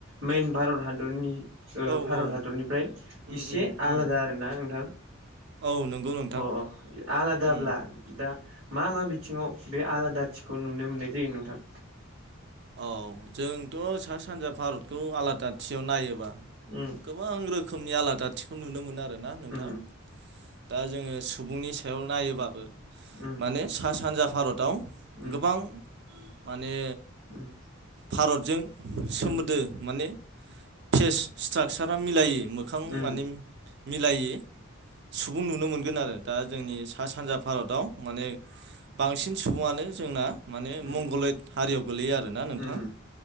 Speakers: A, on the right; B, on the right.
A: मेन भारत हादरनि ओ
B: औ
A: भारत
B: औ
A: हादरनिफ्राय
B: उम
A: इसे
B: उम उम
A: आलादा आरो ना नोंथां।
B: औ नंगौ नोंथां
A: अ अ आलादाब्ला
B: उम
A: दा मा मा बिथिङाव बे आलादा थिखौ नुनो मोननाय जायो नोंथां?
B: औ जोंथ' सा सानजा भारतखौ आलादाथियाव नायोबा
A: उम
B: गोबां रोखोमनि आलादाथिखौ नुनो मोनो आरो ना नोंथां।
A: उम
B: दा जोङो सुबुंनि सायाव नायोबाबो
A: उम उम
B: माने सा सानजा भारताव
A: उम उम
B: गोबां माने
A: उम
B: भारतजों सोमोन्दो
A: अ
B: माने फेस स्ट्राकसारा मिलायो। मोखां
A: उम
B: माने मिलायै सुबुं नुनो मोनगोन आरो दा जोंनि सा सानजा भारताव माने बांसिन सुबुङानो जोंना माने
A: उम
B: मंगलैत
A: उम
B: हारियाव गोलैयो आरोना नोंथां
A: उम